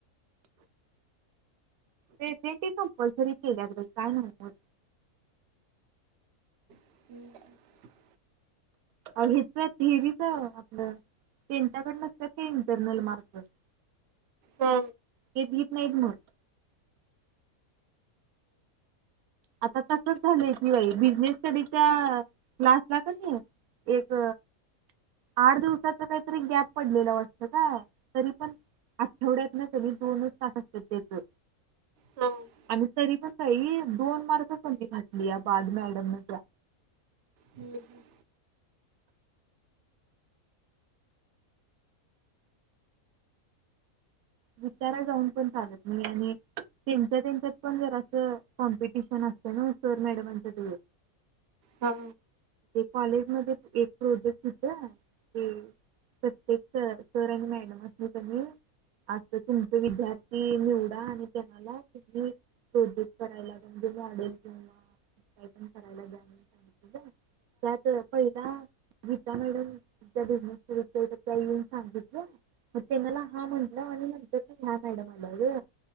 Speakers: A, on the right; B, on the right.
A: प्रेजन्टी कम्पल्सरी केल्याल्यात बाई काय नव्हच
B: हम्म
A: अ हिच वीच आपलं त्यांच्याकडून तर असतात इंटरनल मार्क
B: हो
A: ते दित नाहीत मग आता तसच झालंय कि बाई बिजनेस स्टडीच्या क्लासला कणी एक आठ दिवसाच काहीतरी गॅप पडलेलं वाटतं काय तरी पण आठवड्यात न कणी दोनच तास असत त्याच
B: हा
A: आणि तरी पण काही दोन मार्क कमी घातली या बाद मॅडमने त्या
B: हम्म हम्म
A: विचाराय जाऊन पण चालत नाही आणि त्यांच्या त्यांच्यात पण जरा अस कॉम्पिटिशन असतं ना सर मॅडमांच्यात
B: हो
A: कॉलेज मध्ये एक प्रोजेक्ट होत ते प्रत्येक सर सर आणि मॅडमांसनी कनी तर तुमचे विद्यार्थी निवडा आणि त्यांनाला तुम्ही शोध करायला म्हणजे वाढेल किंवा काय पण करायला जा सांग यात पहिला गीता मॅडम त्या बिझनेस स्टडीच्या त्या येऊन सांगितलं मग ते मला हा म्हटलं आणि म्ह ह्या मॅडम आल्या गं